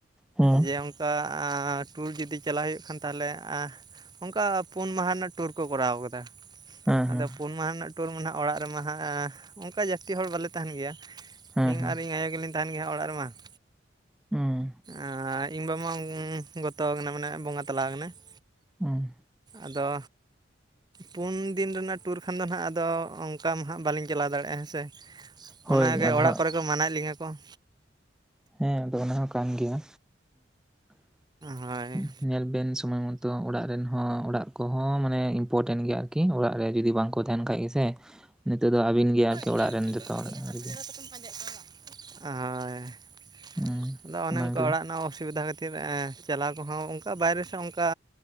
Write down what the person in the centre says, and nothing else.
ᱦᱮᱸ
ᱦᱮᱸ
ᱦᱮᱸ
ᱦᱮᱸ
ᱦᱮᱸ
ᱦᱮᱸ
ᱦᱩᱸ
ᱦᱳᱭ
ᱟᱫᱚ
ᱦᱟᱸᱜ
ᱦᱮᱸ ᱟᱫᱚ ᱚᱱᱟ ᱦᱚᱸ ᱠᱟᱱ ᱜᱮᱭᱟ ᱾
ᱧᱮᱞ ᱵᱮᱱ ᱥᱚᱢᱚᱭ ᱛᱚ ᱚᱲᱟᱜ ᱨᱮᱱ ᱦᱚᱸ ᱚᱲᱟᱜ ᱠᱚᱦᱚᱸ ᱢᱟᱱᱮ ᱤᱢᱯᱴᱮᱱ ᱜᱮᱭᱟ ᱟᱨᱠᱤ ᱾ ᱚᱲᱟᱜ ᱨᱮ ᱡᱩᱫᱤ ᱵᱟᱝᱠᱚ ᱛᱟᱦᱮᱱ ᱠᱷᱟᱡ ᱜᱮ ᱥᱮ ᱱᱤᱛᱚᱜ ᱫᱚ ᱟᱹᱵᱤᱱ ᱜᱮ
ᱦᱚᱲ
ᱟᱨᱠᱤ
ᱦᱩᱸ
ᱚᱱᱟᱜᱮ